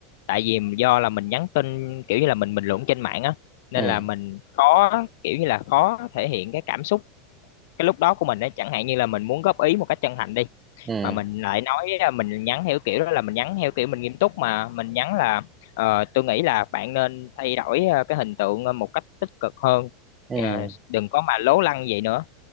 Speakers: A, on the left (about 65°); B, on the right (about 25°).
A: tại vì do là mình nhắn tin kiểu như là mình bình luận trên mạng á nên
B: ừ
A: là mình khó kiểu như là khó thể hiện cái cảm xúc cái lúc đó của mình á chẳng hạn như là mình muốn góp ý một cách chân thành đi
B: ừ
A: mà mình lại nói à, mình nhắn theo kiểu đó là mình nhắn theo kiểu mình nghiêm túc mà mình nhắn là ờ, tôi nghĩ là bạn nên thay đổi à, cái hình tượng à, một cách tích cực hơn
B: ừ
A: Ờ, đừng có mà lố lăng vậy nữa